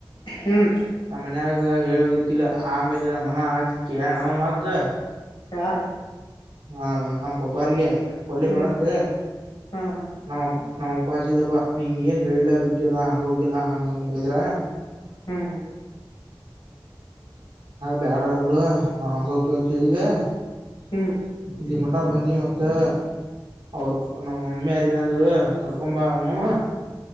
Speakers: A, on the left (about 70°); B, on the right (about 70°).
A: ಹ್ಮ್
B: ನಮ್ಮ ಮನ್ಯಾಗ <unintelligible> ಹೇಳಿರ್ಕಿಲ್ಲ ಆಮೇಲೆ ನ ಮನ ಹಾಕ್ಕ ನಾವ ಮಾತ್.
A: ಯಾರ?
B: ಹಾ ನಮ್ಮ ಪಪ್ಪಾರಿಗೆ ಕೊಲ್ಲಿ
A: ಹ್ಮ್
B: ಬಳಂತ
A: ಹ್ಮ್
B: ನಮ್ಮ್ ನಮ್ಮಪ್ಪಾಚಿದಪ್ಪಾ ನೀಂಗ ಏನ್ ಹೇಳಿಲ್ಲಾ ಬಿಟ್ಟಿಲ್ಲಾ ಹಂಗ ಹೋಗಿಲ್ಲಾ ಹಂಗ ಹಂಗ ಬೈದ್ರಾ.
A: ಹ್ಮ್
B: ಬ್ಯಾಡಆ ಬಿಡು ನಾವ್ ಹಂಗ್ ಹೋಗ್ತೀವಂತೇಳಿವಿ.
A: ಹ್ಮ್
B: ಇಲ್ಲಿ ಮಟ ಬಂದೀವಿ ಮತ್ತೆ ಅವ್ರ್ ನಮ್ಮ ಮಮ್ಮಿ ಯೋರ್ ಏನಂದ್ರು ಕರ್ಕೊಂಬ ಅವನು